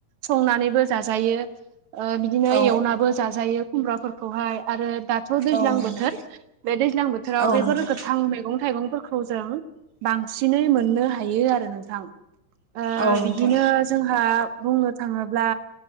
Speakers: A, on the right; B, on the right.
A: संनानैबो जाजायो ओ बिदिनो
B: औ
A: एवनाबो जाजायो खुमब्राफोरखौहाय आरो दाथ दैज्लां
B: औ नोंथां
A: बोथोर बे दैज्लां बोथोराव
B: औ
A: बेफोर
B: नोंथां
A: गोथां मैगं थाइगं फोर खौ जों बांसिनै मोननो हायो आरो नोंथां ओ
B: औ नोंथां
A: बिदिनो जोंहा बुंनो थांङोब्ला